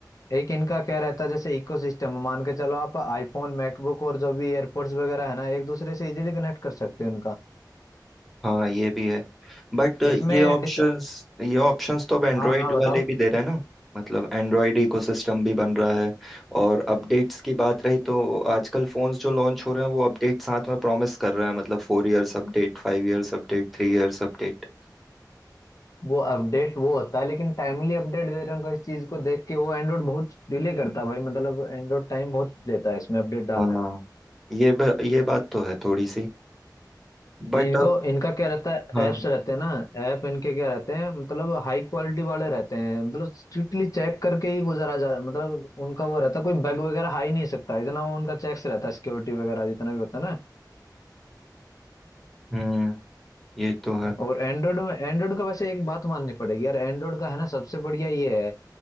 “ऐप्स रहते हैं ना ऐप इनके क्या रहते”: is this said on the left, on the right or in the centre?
Left